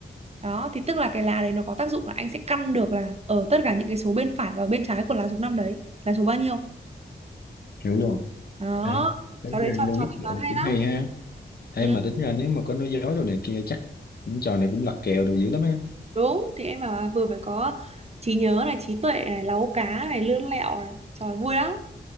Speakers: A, on the right; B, on the left.
A: đó thì tức là cái lá đấy nó có tác dụng là anh sẽ căn được là ở tất cả những cái số bên phải và bên trái của lá số 5 đấy là số bao nhiêu
B: hiểu luôn
A: đó
B: Ê, tính
A: cháu đấy
B: ra
A: cho
B: Louis
A: cho tính
B: rồi
A: toán hay
B: cũng
A: lắm
B: hay ha em
A: ừ,
B: mà tính ra nếu mà có nói dối đồ này kia chắc những trò này cũng lật kèo đồ dữ lắm á
A: đúng thì em bảo là vừa phải có trí nhớ này trí tuệ này láu cá này lươn lẹo này trời vui lắm